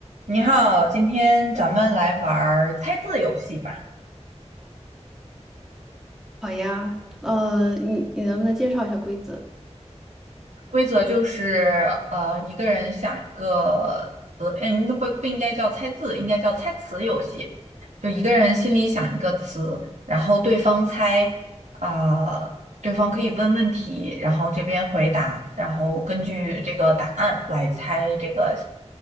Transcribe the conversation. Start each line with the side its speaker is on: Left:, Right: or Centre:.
Right: 你好，今天咱们来玩儿猜字游戏吧。
Centre: 好呀，呃，你你能不能介绍一下规则？
Right: 规则就是，呃，一个人想一个词，嗯，应该不不应该叫猜字，应该叫猜词游戏。就一个人心里想一个词，然后对方猜，啊、对方可以问问题，然后这边回答，然后根据这个答案来猜这个